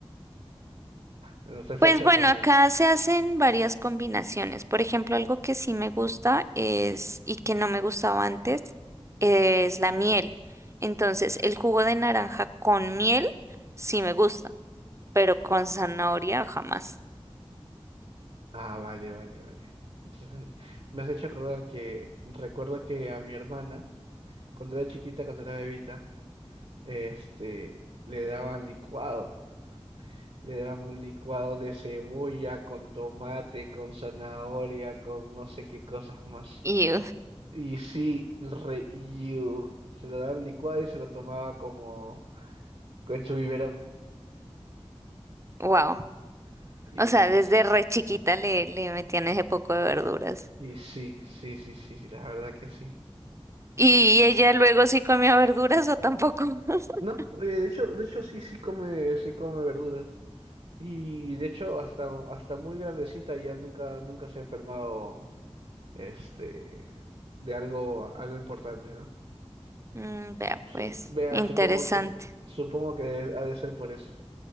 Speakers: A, on the right (about 70°); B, on the right (about 25°).
A: No estoy flasheando.
B: Pues bueno, acá se hacen varias combinaciones. Por ejemplo, algo que sí me gusta es, y que no me gustaba antes, es la miel. Entonces, el jugo de naranja con miel sí me gusta, pero con zanahoria jamás.
A: Ah, vale, vale, vale. Interesante. Me has hecho acordar que recuerdo que a mi hermana, cuando era chiquita, cuando era bebita, este, le daban licuado. Le daban un licuado de cebolla con tomate, con zanahoria, con no sé qué cosas más.
B: Y
A: Y sí, re you. Se lo daban licuado y se lo tomaba como en su biberón.
B: wow.
A: Y,
B: O sea, desde re chiquita le, le metían ese poco de verduras.
A: y sí, sí, sí, sí, sí, la verdad que sí.
B: ¿Y ella luego sí comía verduras o tampoco? <laughs>
A: No, eh, de hecho, de hecho sí, sí come, sí come verduras. Y de hecho, hasta, hasta muy grandecita ya nunca, nunca se ha enfermado, este, de algo, algo importante, ¿no?
B: Mm, vea,
A: Su-
B: pues,
A: Vea,
B: interesante.
A: supongo que, supongo que ha de ser por eso.